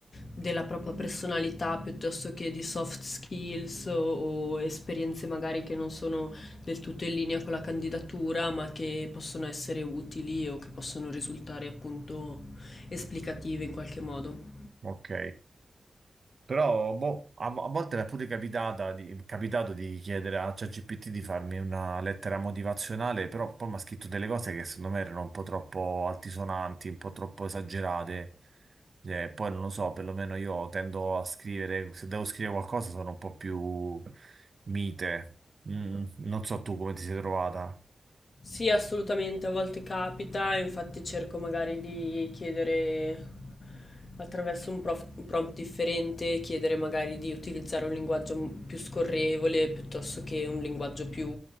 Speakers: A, on the left (about 45°); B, on the right (about 50°).
A: della propria personalità piuttosto che di soft skills o, o esperienze magari che non sono del tutto in linea con la candidatura, ma che possono essere utili o che possono risultare appunto esplicative in qualche modo.
B: Ok. Però boh, a, a volte mi è pure capitata di- capitato di chiedere a ChatGPT di farmi una lettera motivazionale, però poi mi ha scritto delle cose che secondo me erano un po' troppo altisonanti, un po' troppo esagerate. Eh, poi non lo so, perlomeno io tendo a scrivere, se devo scrivere qualcosa sono un po' più mite. Mm, non so tu come ti sei trovata.
A: Sì, assolutamente, a volte capita, infatti cerco magari di chiedere attraverso un prof- un prompt differente, chiedere magari di utilizzare un linguaggio m- più scorrevole piuttosto che un linguaggio più